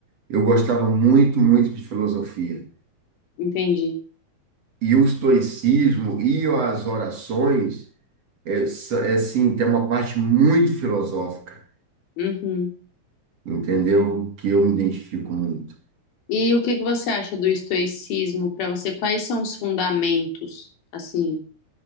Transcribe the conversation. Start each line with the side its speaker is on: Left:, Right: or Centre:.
Right: eu gostava muito, muito de filosofia.
Left: entendi.
Right: E o estoicismo e as orações é, s- é, assim, tem uma parte muito filosófica,
Left: Uhum.
Right: entendeu? Que eu me identifico muito.
Left: E o que que você acha do estoicismo para você? Quais são os fundamentos, assim?